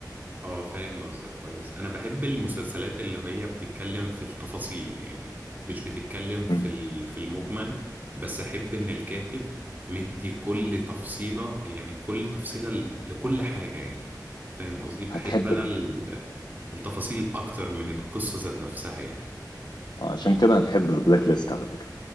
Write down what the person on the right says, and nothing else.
اه فاهم قصدك كويس انا بحب المسلسلات اللي هي بتتكلم في التفاصيل يعني مش بتتكلم في
ال- في المجمل بس احب ان الكاتب مدي كل تفصيلة يعني كل تفصيلة ل- لكل حاجة يعني فاهم قصدي بحب
انا
ال- التفاصيل اكتر من القصة ذات نفسها يعني